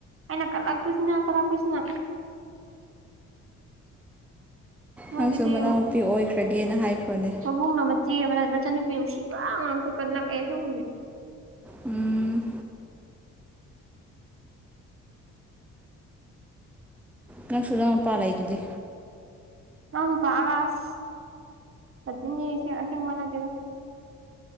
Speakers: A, on the right; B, in the centre.
A: ꯑꯩꯅ ꯀꯜꯂꯛꯄꯁꯤꯅ ꯀꯜꯂꯛꯄꯁꯤꯅ ꯃꯣꯏꯒꯤꯗꯤ
B: ꯅꯪꯁꯨ ꯃꯅꯥꯎꯅꯨꯄꯤ ꯑꯣꯏꯈ꯭ꯔꯒꯦꯅ ꯍꯥꯏꯈ꯭ꯔꯣꯅꯦ
A: ꯕꯨꯡꯅ ꯃꯆꯦ ꯃꯆ ꯃꯆꯟꯅꯨꯄꯤ ꯅꯨꯡꯁꯤꯕ ꯉꯥꯛꯇ ꯀꯜꯂꯛꯑꯦ ꯁꯨꯝ
B: ꯎꯝ ꯅꯪꯁꯨ ꯅꯅꯥꯎꯅꯨꯄꯥ ꯂꯩꯗꯨꯗꯤ
A: ꯏꯅꯥꯎꯅꯨꯄꯥꯒ ꯑꯁ ꯑꯗꯨꯅꯦ ꯑꯁꯦꯡ ꯑꯁꯦꯡꯕ ꯅꯠꯇꯦꯗ